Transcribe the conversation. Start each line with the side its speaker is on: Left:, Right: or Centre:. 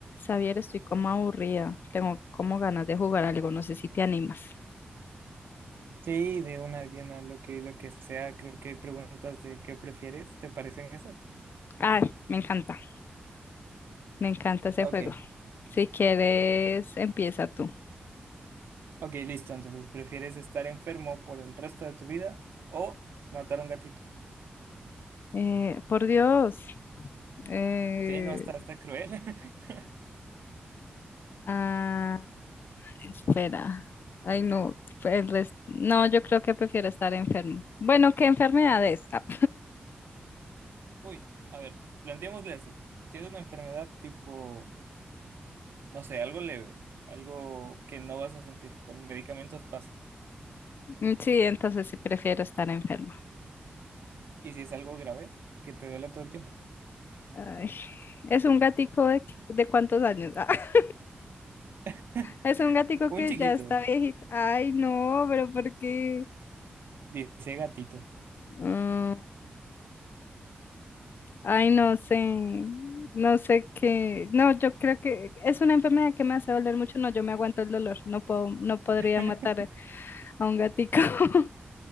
Left: Xavier, estoy como aburrida. Tengo como ganas de jugar algo. No sé si te animas.
Right: Sí, de una llena, lo que, lo que sea, creo que hay preguntas de qué prefieres, ¿te parecen esas?
Left: Ay, me encanta. Me encanta ese
Right: Ok,
Left: juego. Si quieres, empieza tú.
Right: ok, listo, entonces, ¿prefieres estar enfermo por el resto de tu vida o matar a un gatito?
Left: Eh, por Dios. eh,
Right: Sí, no, está, está cruel. <laughs>
Left: ah, espera. Ay, no. el rest- No, yo creo que prefiero estar enfermo. Bueno, ¿qué enfermedad es? Ah,
Right: Uy, a ver, planteémosle así, si es una enfermedad tipo, no sé, algo leve, algo que no vas a sentir, con medicamentos pasa,
Left: mm, sí, entonces sí prefiero estar enfermo.
Right: y si es algo grave, que te duele todo el tiempo.
Left: Ay, ¿es un gatico de, qué- de cuántos años? <laughs>
Right: <laughs>
Left: Es un gatico
Right: Un
Left: que
Right: chiquito,
Left: ya está viejito. Ay, no, pero ¿por qué?
Right: dice gatito.
Left: Mm, ay, no sé. No sé qué. No, yo creo que es una enfermedad que me hace doler mucho. No, yo me aguanto el dolor. No puedo, no podría
Right: <laughs>
Left: matar a un gatico. <laughs>